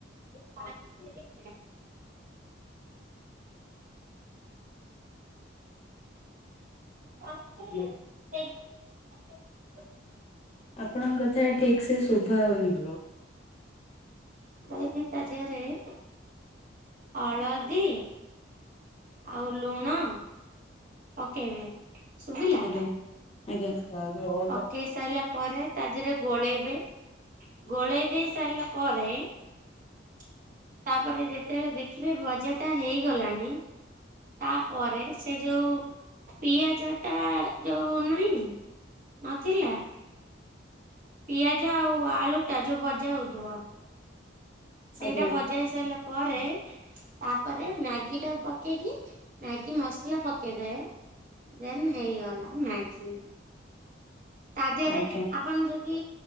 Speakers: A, on the right (about 45°); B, on the left (about 35°).
A: ପାଣି ଦେବେ। <unintelligible>
B: ଆପଣଙ୍କ କଥା ଠିକ ସେ ଶୁଭା ହେଉନି।
A: <unintelligible> ହଳଦୀ ଆଉ ଲୁଣ ପକେଇବେ। ଶୁଭିଲା
B: ଆଜ୍ଞା ଆଜ୍ଞା।
A: ପକେଇ ସାରିଲା ପରେ ତା ଦେହରେ ଗୋଳେଇବେ। ଗୋଳେଇ ଦେଇ ସାରିଲା ପରେ ତାପରେ ଯେତେବେଳେ ଦେଖୀ ଖିବେ ଭଜା ଟା ହେଇଗଲାଣି ତାପରେ ସେ ଯୋଉ ପିଆଜ ଟା ଯୋଉ ନାହିଁ ନଥିଲା। ପିଆଜ ଆଉ ଆଳୁ ଟା ଯୋଉ ବଜା ହଉଥିବ। ସେଇଟା
B: ଆଜ୍ଞା
A: ଭଜା ହେଇ ସାରିଲା ପରେ ତାପରେ ମ୍ୟାଗି ଟା ପକେଇକି ମ୍ୟାଗି ମସଲା ପକେଇବେ। ଦେନ୍ ହେଇଗଲା ମ୍ୟାଗି। ତା ଦିହରେ
B: ଆଜ୍ଞା
A: ଆପଣ ଯଦି